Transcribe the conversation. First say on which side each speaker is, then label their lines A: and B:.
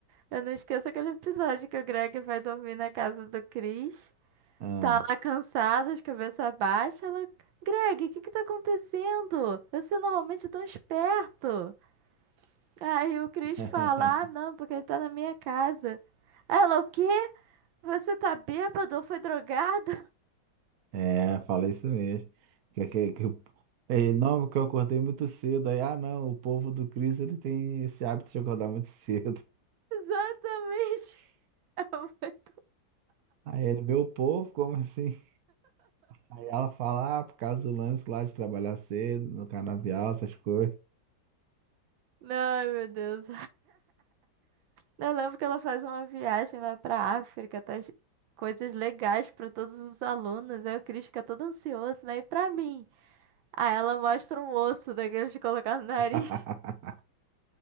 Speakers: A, on the right (about 75°); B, on the right (about 60°).
A: Eu não esqueço aquele episódio que o Greg vai dormir na casa do Chris.
B: Ah.
A: Tá lá cansado, de cabeça baixa. Ela, Greg, o que que tá acontecendo? Você normalmente é tão esperto. Aí o Chris
B: <laughs>
A: fala, ah, não, porque ele tá na minha casa. Ela, o quê? Você tá bêbado ou foi drogado?
B: É, fala isso mesmo. Que, que, que, o- é, não, porque eu acordei muito cedo. Aí, ah, não, o povo do Cristo ele tem esse hábito de acordar muito <laughs> cedo.
A: <laughs> Exatamente. Ela foi tão-
B: Aí ele, meu povo, como assim? Aí ela fala, ah, por causa do lance lá de trabalhar cedo, no canavial, essas coisas.
A: Não, Ai, meu Deus. Eu lembro que ela faz uma viagem lá pra África, traz coisas legais pra todos os alunos. Aí o Chris fica todo ansioso, né? E pra mim? Aí ela mostra um osso daqueles de colocar no nariz.
B: <laughs>